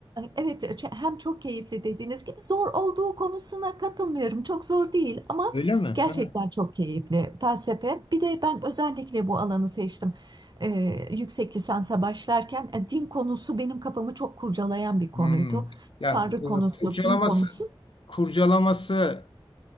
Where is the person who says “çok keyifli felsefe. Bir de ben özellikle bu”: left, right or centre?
Right